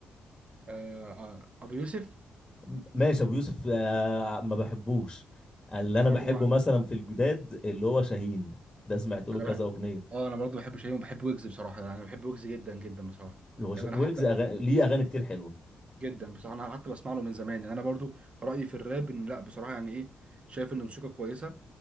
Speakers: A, on the right; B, on the left.
A: آه آه، أبو يوسف
B: م- ماشي ابو يوسف آه، ما بحبوش اللي
A: أنا
B: انا
A: برضو
B: بحبه
A: مع...
B: مثلا في الجداد اللي هو شاهين ده سمعت له
A: أنا
B: كذا
A: بح...
B: اغنيه
A: أه أنا برضو بحب شيء وبحب ويجز بصراحة يعني أنا بحب ويجز جدا جدا بصراحة
B: الغش-
A: يعني أنا
B: ويجز
A: حتى
B: أغاني... ليه اغاني كتير حلوه
A: جدا بصراحة أنا حتى بسمع له من زمان يعني أنا برضو رأيي في الراب إن لا بصراحة يعني إيه شايف إن موسيقى كويسة